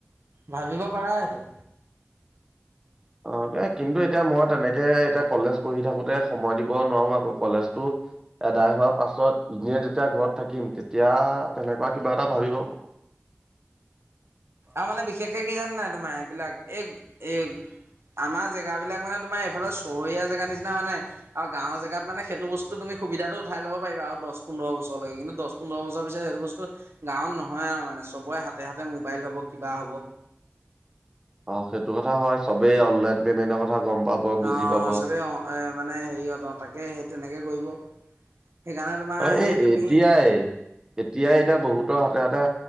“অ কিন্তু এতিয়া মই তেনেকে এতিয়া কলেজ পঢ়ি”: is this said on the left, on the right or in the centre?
Right